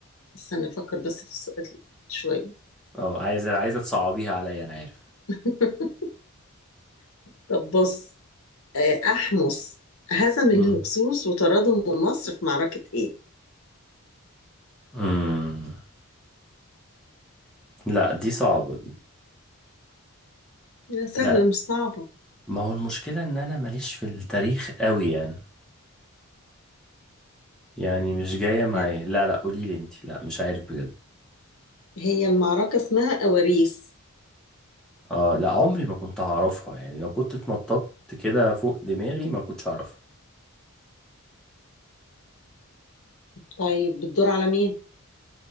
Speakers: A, on the left; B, in the centre.
A: استنى افكر بس في السؤال شويه
B: اه عايزة عايزة تصعبيها عليا انا عارف
A: <laughs> طب بص آه، احمس هزم
B: مم.
A: الهكسوس وطردهم من مصر في معركه ايه
B: مم. لا دي صعبة دي
A: لا، سهله
B: لا
A: مش صعبه
B: ما هو المشكلة ان انا ماليش في التاريخ قوي يعني يعني مش جاية معايا
A: لا،
B: لا لا قولي لي انت لا مش عارف بجد
A: هي المعركه اسمها اواريس
B: اه لا عمري ما كنت هعرفها يعني لو كنت اتنططت كده فوق دماغي ما كنتش هعرفها
A: طيب بتدور على مين